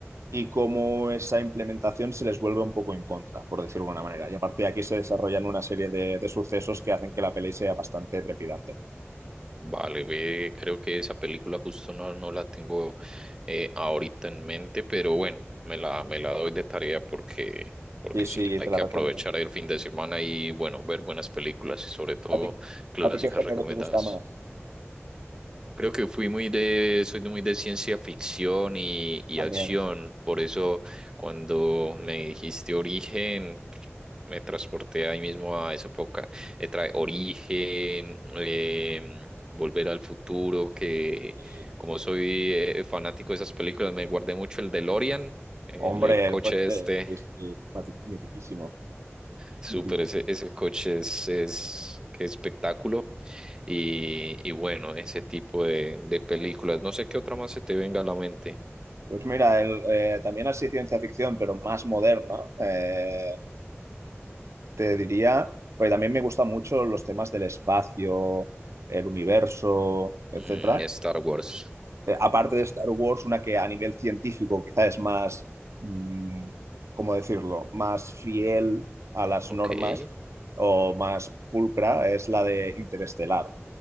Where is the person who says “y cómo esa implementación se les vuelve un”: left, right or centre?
Right